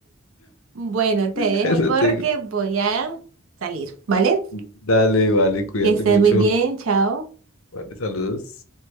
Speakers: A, on the right; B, on the left.
A: Bueno, te dejo
B: <laughs> No
A: porque
B: tengo.
A: voy a salir, ¿vale?
B: Dale, vale, cuídate
A: Que estés
B: mucho.
A: muy bien, chao.
B: Vale, saludos.